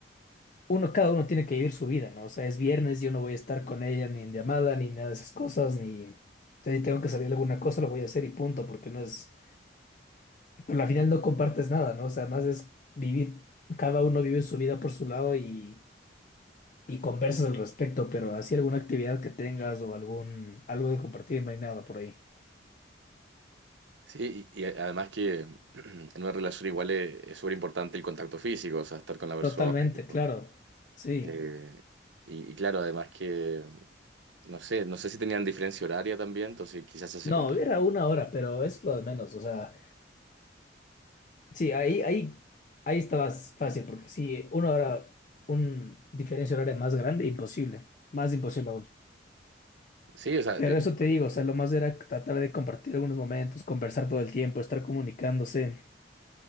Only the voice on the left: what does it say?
uno, cada uno tiene que vivir su vida, ¿no? O sea, es viernes, yo no voy a estar con ella ni en llamada, ni nada de esas cosas, ni... O sea, si tengo que salir a alguna cosa, lo voy a hacer y punto, porque no es... Pero al final no compartes nada, ¿no? O sea, más es vivir, cada uno vive su vida por su lado y, y conversas al respecto, pero así alguna actividad que tengas o algún, algo de compartir, no hay nada por ahí.
Totalmente,
claro. Sí.
No,
era una hora, pero es lo de menos, o sea... Sí, ahí, ahí, ahí estabas fácil, porque si uno ahora un diferencia horaria más grande, imposible, más imposible aún.
Pero
eso te digo, o sea, lo más era tratar de compartir algunos momentos, conversar todo el tiempo, estar comunicándose.